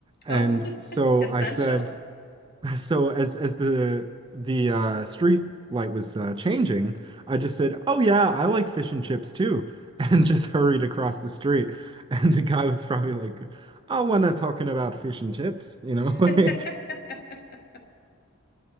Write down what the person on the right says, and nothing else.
And
so
I said, so as as the the uh, street light was uh, changing, I just said, "Oh yeah, I like fish and chips too," <laughs> and just hurried across the street. And the guy was probably like, "Oh, we're not talking about fish and chips," you know, <laughs> like,